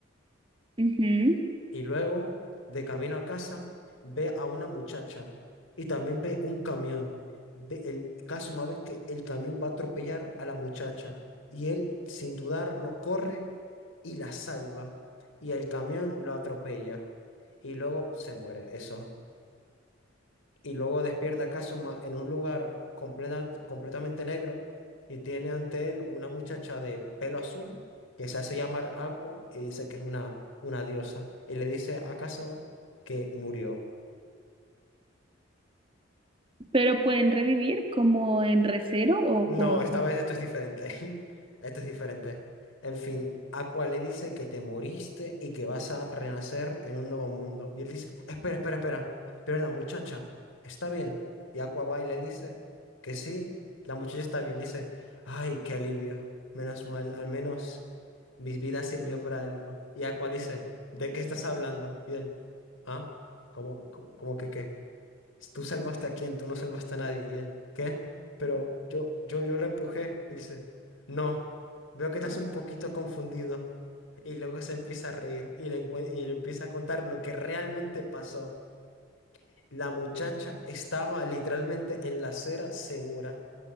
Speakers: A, on the right; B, on the left.
A: Ujú.
B: Y luego, de camino a casa, ve a una muchacha y también ve un camión. Ve el caso más ve que el camión va a atropellar a la muchacha y él, sin dudarlo, corre y la salva. Y el camión lo atropella y luego se muere. Eso y luego despierta a Kazuma en un lugar completa- completamente negro y tiene ante él una muchacha de pelo azul que se hace llamar Aqua y dice que es una, una diosa y le dice a Kazuma que murió.
A: Pero pueden revivir como en recero o
B: No,
A: como...
B: esta vez esto es diferente. <laughs> Esto es diferente. En fin, Aqua le dice que te moriste y que vas a renacer en un nuevo mundo. Y él dice, espera, espera, espera. Pero la muchacha está bien. Y Aqua va y le dice que sí, la muchacha está bien. Le dice, ay, qué alivio. Menos mal, al menos mi vida sirvió para algo. Y Aqua dice, ¿de qué estás hablando? Y él, ¿ah? ¿Cómo, cómo, cómo que qué? Tú salvaste a quién, tú no salvaste a nadie. Y él, ¿qué? Pero yo, yo, yo la empujé. Y dice, no, veo que estás un poquito confundido. Y luego se empieza a reír y le, encue- y le empieza a contar lo que realmente pasó. La muchacha estaba literalmente en la acera segura.